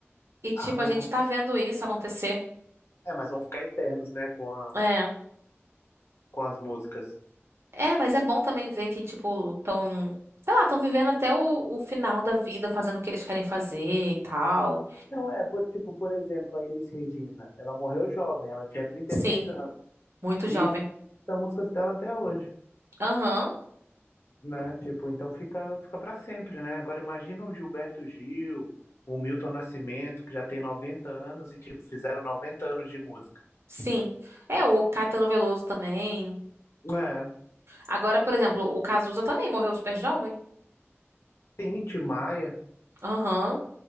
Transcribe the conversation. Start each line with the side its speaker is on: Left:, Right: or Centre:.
Right: E, tipo,
Left: Ah, mas
Right: a gente
Left: vão,
Right: tá vendo isso acontecer.
Left: é, mas vão ficar eternos, né, com a,
Right: É.
Left: com as músicas.
Right: É, mas é bom também ver que, tipo, tão, sei lá, tão vivendo até o, o final da vida, fazendo o que eles querem fazer e tal.
Left: Não, é, por, tipo, por exemplo, a Elis Regina, ela morreu jovem, ela tinha 36
Right: Sim,
Left: anos.
Right: muito
Left: E
Right: jovem.
Left: são músicas dela até hoje,
Right: Aham,
Left: né? Tipo, então fica, fica para sempre, né? Agora imagina o Gilberto Gil, o Milton Nascimento, que já tem 90 anos e, tipo, fizeram 90 anos de música.
Right: sim. É, o Caetano Veloso também.
Left: É,
Right: Agora, por exemplo, o Cazuza também morreu super jovem.
Left: sim, Tim Maia.
Right: Aham,